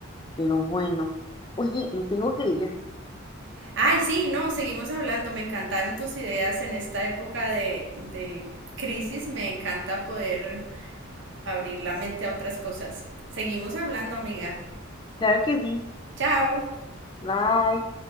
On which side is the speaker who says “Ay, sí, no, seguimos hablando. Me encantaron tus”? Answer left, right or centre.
Right